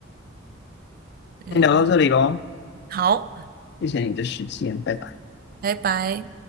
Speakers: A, on the right; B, on the left.
A: <laughs> 嗯，
B: 先聊到这里喽，
A: 好。
B: 谢谢你的时间，拜拜。
A: 拜拜。